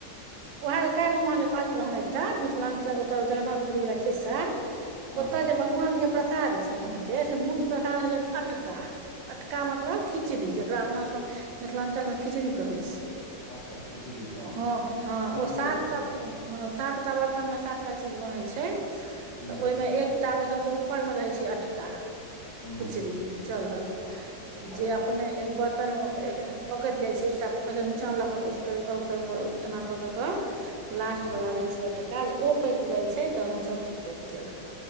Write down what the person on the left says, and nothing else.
हँ
हँ
अच्छा खिचड़ी हँ-हँ
सुनलियै
हँ
हूँ
हूँ
हूँ
अच्छा अच्छा
हँ